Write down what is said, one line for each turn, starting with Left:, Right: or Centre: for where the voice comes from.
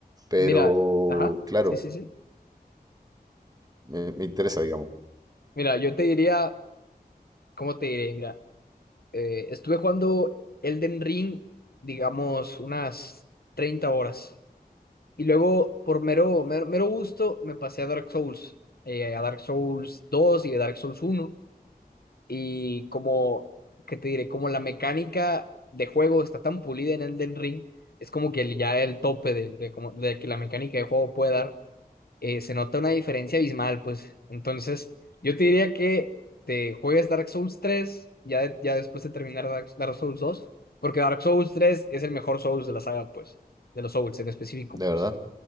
Right: pero,
Left: Mira, ajá,
Right: claro,
Left: sí, sí, sí.
Right: me, me interesa, digamos,
Left: Mira, yo te diría, ¿cómo te diré? Mira. Eh, estuve jugando Elden Ring, digamos, unas 30 horas. Y luego, por mero, mero, mero gusto, me pasé a Dark Souls. eh, a Dark Souls dos y a Dark Souls uno Y como, ¿qué te diré? Como la mecánica de juego está tan pulida en Elden Ring, es como que el- ya el tope de, de como- de que la mecánica de juego puede dar eh, se nota una diferencia abismal, pues. Entonces, yo te diría que te juegues Dark Souls tres ya, de- ya después de terminar Dark, Dark Souls dos porque Dark Souls tres es el mejor Souls de la saga, pues, de los Souls en específico,
Right: de
Left: pues.
Right: verdad.